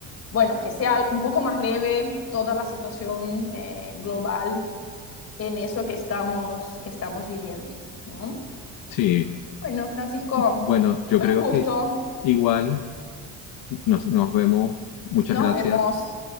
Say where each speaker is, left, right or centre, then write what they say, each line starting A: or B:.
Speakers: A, on the left; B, on the left.
A: bueno, que sea un poco más leve toda la situación eh, global en eso que estamos, que estamos viviendo, ¿no?
B: Sí,
A: Bueno, Francisco,
B: Bueno, yo
A: fue
B: creo
A: un gusto.
B: que igual nos, nos vemos. Muchas
A: Nos
B: gracias.
A: vemos.